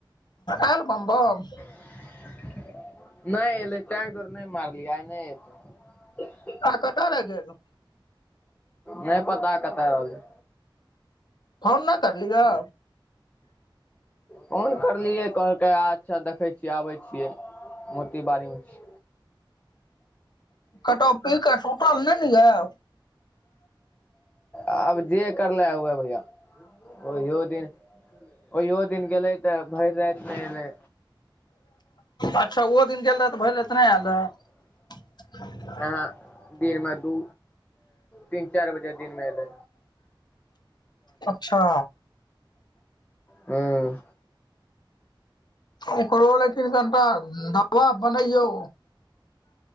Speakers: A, on the left; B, on the left.
A: ऐल बम बम।
B: <inaudible> नैई एलैय तै दुवारे नहि मारलिय आइ नहि एतैय।
A: अहां कत रही क ऐलौ।
B: नहि पता कतऽ रहलैय।
A: फोन न करलीयाो।
B: फोन करलियै कहलकै अच्छा देखै छियै आबै छियै। मोती बाड़ी में छि।
A: कतौ पी क सुतल नहि ने याऽ
B: आब जे करले हुए भैया ओहियो दिन ओहियो दिन गेले तऽ भरि राति ने एलै।
A: अच्छा ओ दिन गेल रहए तऽ भरि रातिऽ नहि आयल रहै
B: ह दिन मे दू तीन चारि बजे दिन मे एले।
A: अच्छा।
B: हूं।
A: ओकरो लै तन कनिटा दवा बनैया।